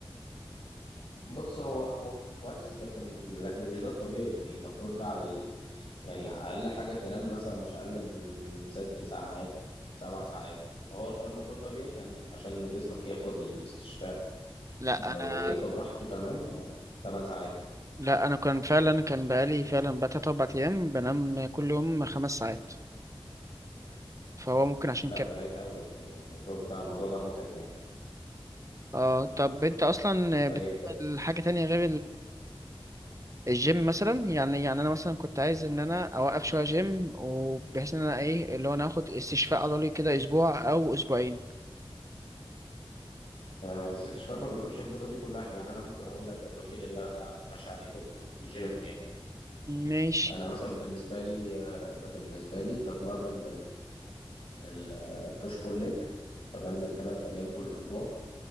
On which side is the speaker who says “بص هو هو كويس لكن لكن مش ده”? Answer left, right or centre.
Left